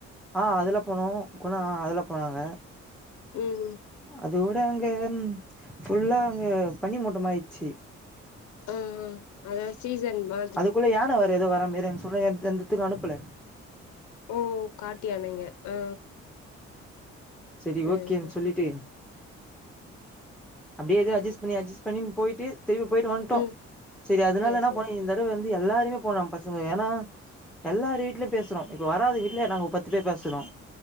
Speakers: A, in the centre; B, on the left.
A: ஆ அதெல்லா போனோ குனா அதெல்லா போனாங்க
B: ம் ம்
A: அதோட அங்க ஃபுல்லா அங்க பனி மூட்டமா ஆயிச்சு
B: ம் அது சீசன் மா
A: அதுக்குள்ள யான வேற ஏதோ வர மாரின்னு சொல்லி எந்தந்த எடத்துக்கு அனுப்புல
B: ஓ காட்டு யானைங்க ஆ
A: செரி
B: சேரி
A: ஓகேன்னு
B: சேரி
A: சொல்லிட்டு அப்டியே ஏதோ அட்ஜஸ்ட் பண்ணி அட்ஜஸ்ட பண்ணின்னு போயிட்டு திரும்பி போயிட்டு வந்ட்டோ
B: ம்
A: சரி அதனால
B: சேரி
A: என்ன
B: சேரி
A: பண்ணோ இந்த தடவ வந்து எல்லாருமே போனோ பசங்க ஏன்னா எல்லாரு வீட்லையு பேசுறோ இப்ப வராத வீட்லயு நாங்க பத்து பேர் பேசறோ